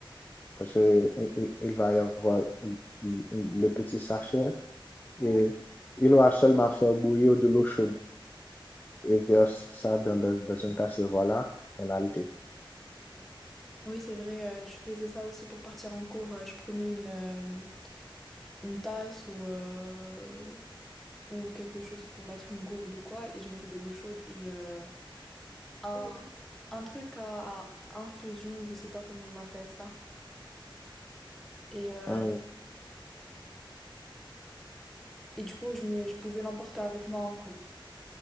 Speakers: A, on the left; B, in the centre.
A: parce que euh, euh, il va y avoir euh, le petit sachet et il aura seulement à faire bouillir de l'eau chaude et verse ça dans, dans, dans une tasse et voilà, on a le thé.
B: Oui, c'est vrai, euh, je faisais ça aussi pour partir en cours. euh, je prenais une, euh, une tasse ou, euh, ou quelque chose pour mettre une gourde ou quoi, et je mettais de l'eau chaude et euh, un, un truc à, à infusion, ou je sais pas comment on appelle ça. Et, euh,
A: Hum,
B: et du coup, je, me- je pouvais l'emporter avec moi en cours.